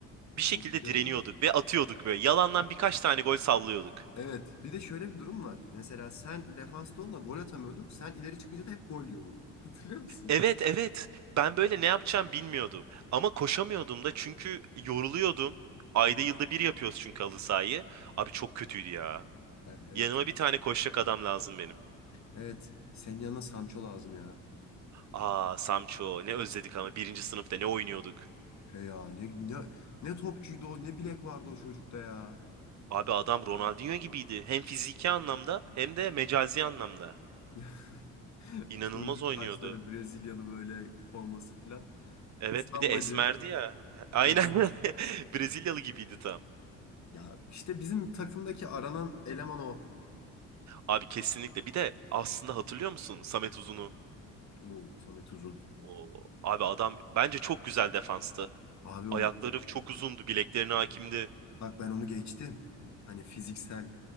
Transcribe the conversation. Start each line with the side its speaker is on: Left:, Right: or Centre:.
Right: Bir şekilde
Left: O güzel
Right: direniyorduk
Left: oluyordu.
Right: ve atıyorduk böyle. Yalandan birkaç tane gol sallıyorduk.
Left: Evet, bir de şöyle bir durum var. Mesela sen defansta olma gol atamıyorduk. Sen ileri çıkınca da hep gol yiyorduk. <laughs> Hatırlıyor musun?
Right: Evet evet. Ben böyle ne yapacağım bilmiyordum. Ama koşamıyordum da çünkü yoruluyordum.
Left: <laughs>
Right: Ayda
Left: Aha.
Right: yılda bir yapıyoruz çünkü halı sahayı. Abi çok kötüydü ya.
Left: Yani evet
Right: Yanıma
Left: ya.
Right: bir tane koşacak adam lazım benim.
Left: Evet, senin yanına Sancho lazım ya.
Right: Aa Samço ne özledik ama birinci sınıfta ne oynuyorduk.
Left: He ya ne, ne, ne topçuydu o, ne bilek vardı o çocukta ya.
Right: Abi adam Ronaldinho gibiydi. Hem fiziki anlamda hem de mecazi anlamda.
Left: <laughs>
Right: İnanılmaz
Left: Kıvırcık
Right: oynuyordu.
Left: saçları, Brezilyalı böyle forması filan.
Right: Evet
Left: Stambacı.
Right: bir de esmerdi ya. <laughs> Aynen
Left: Hı
Right: <laughs> Brezilyalı gibiydi tam.
Left: Ya işte bizim takımdaki aranan eleman o.
Right: Abi kesinlikle. Bir de aslında hatırlıyor musun Samet Uzun'u?
Left: Bu Samet Uzun.
Right: Oo, abi adam bence çok güzel defanstı.
Left: Abi o
Right: Ayakları çok uzundu, bileklerine hakimdi.
Left: bak ben onu geçtim. Hani fiziksel